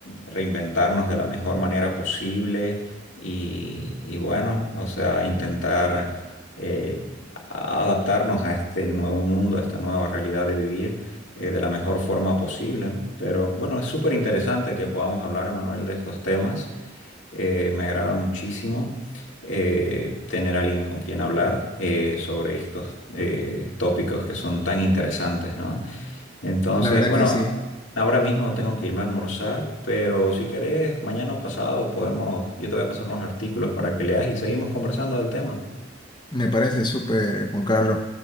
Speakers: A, on the left; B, on the left.
A: reinventarnos de la mejor manera posible y, y bueno, o sea, intentar eh, a- adaptarnos a este nuevo mundo, a esta nueva realidad de vivir eh, de la mejor forma posible. Pero bueno, es súper interesante que podamos hablar, Emanuel, de estos temas. Eh, me agrada muchísimo eh, tener a alguien con quien hablar eh, sobre estos eh, tópicos que son tan interesantes, ¿no? Entonces,
B: La verdad
A: bueno,
B: que sí.
A: ahora mismo tengo que irme a almorzar, pero si querés, mañana o pasado podemos, yo te voy a pasar unos artículos para que leas y seguimos conversando del tema.
B: Me parece súper, Juan Carlos.